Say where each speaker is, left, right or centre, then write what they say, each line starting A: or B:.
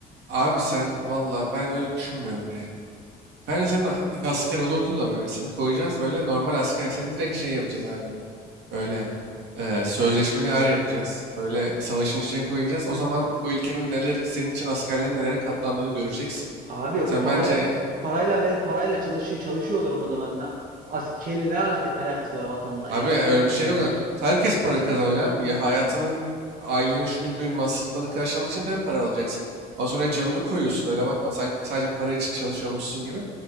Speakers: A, on the right (about 80°); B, on the right (about 55°).
A: Abi sen valla ben öyle düşünmüyorum yani. Bence sen a- asker olurdu da böyle seni koyacağız böyle normal asker. Seni direkt şey yapacağız abi. Böyle e, sözleşmeli er yapacağız. Böyle savaşın içine koyacağız. O zaman bu ülkenin neler senin için askerlerin nelere katlandığını göreceksin.
B: Abi
A: Sen
B: parayla
A: bence e,
B: parayla ve parayla çalışıyor çalışıyorlar o zaman. Ne, ask şeyle ne alaka- alakası var vatanla
A: abi
B: yani?
A: öyle bir şey yok. Herkes para kazanıyor abi. Ya hayatının ailenin şunun büyüğün masraflarını karşılamak için tabii para alacaksın. Ama sonra canını koyuyorsun öyle bakma. Sanki sadece para için çalışıyormuşsun gibi.